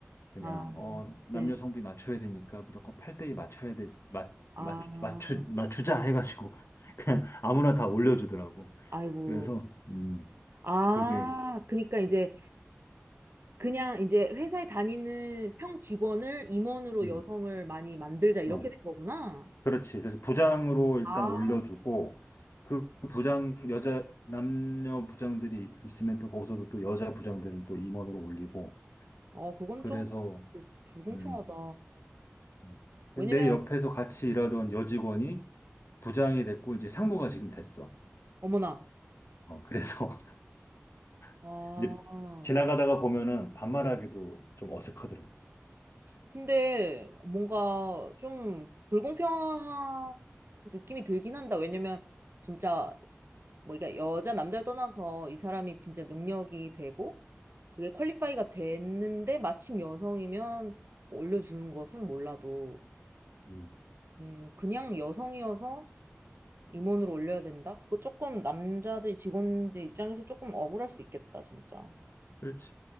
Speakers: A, on the left; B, on the right.
A: 그냥,
B: 아,
A: 어, 남녀
B: 이제,
A: 성비 맞춰야 되니까 무조건 8대2 맞춰야 돼, 맞,
B: 아,
A: 맞, 맞추, 맞추자 해가지고, <laughs> 그냥 아무나 다 올려주더라고.
B: 아이고,
A: 그래서, 음,
B: 아,
A: 그게,
B: 그니까 이제, 그냥 이제 회사에 다니는 평 직원을 임원으로
A: 음,
B: 여성을 많이 만들자, 이렇게
A: 어,
B: 된 거구나.
A: 그렇지. 그래서 부장으로 일단
B: 아,
A: 올려주고, 그 부장, 여자, 남녀 부장들이 있으면 또 거기서도 또 여자 부장들을 또 임원으로 올리고,
B: 어, 그건
A: 그래서,
B: 좀 불- 불공평하다.
A: 음, 음.
B: 왜냐면,
A: 내 옆에서 같이 일하던 여직원이 부장이 됐고, 이제 상무가 지금 됐어.
B: 어머나,
A: 어, 그래서
B: 아,
A: <laughs> 이제 지나가다가 보면은 반말하기도 좀 어색하더라고.
B: 근데 뭔가 좀 불공평한 느낌이 들긴 한다. 왜냐면, 진짜, 뭐, 이게 여자, 남자를 떠나서 이 사람이 진짜 능력이 되고, 그게 퀄리파이가 됐는데, 마침 여성이면 뭐 올려주는 것은 몰라도,
A: 음,
B: 음, 그냥 여성이어서 임원으로 올려야 된다? 그거 조금 남자들 직원들 입장에서 조금 억울할 수 있겠다, 진짜.
A: 그렇지.